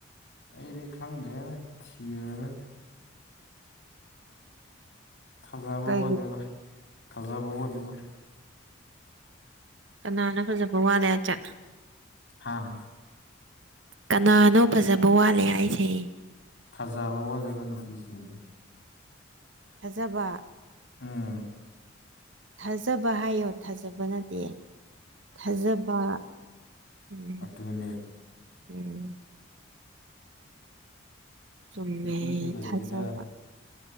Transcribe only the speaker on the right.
ꯀꯩꯒꯤ
ꯀꯅꯥꯅꯣ ꯀꯖꯕ ꯋꯥꯠꯂꯦ ꯍꯥꯢꯆꯦ
ꯀꯅꯥꯅꯣ ꯐꯖꯕ ꯋꯥꯠꯂꯦ ꯍꯥꯏꯁꯦ
ꯊꯥꯖꯕ
ꯊꯥꯖꯕ ꯍꯥꯏꯌꯣ ꯊꯥꯖꯕ ꯅꯠꯇꯦ ꯊꯥꯖꯕ ꯎꯝ
ꯎꯝ ꯆꯨꯝꯃꯦ
ꯊꯥꯖꯕ